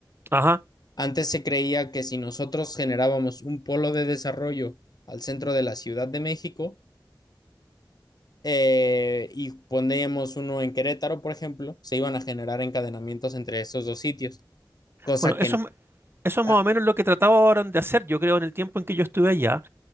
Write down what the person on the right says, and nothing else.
ajá.
Bueno,
eso, es- eso es más
o menos lo que trataban de hacer, yo creo, en el tiempo en que yo estuve allá,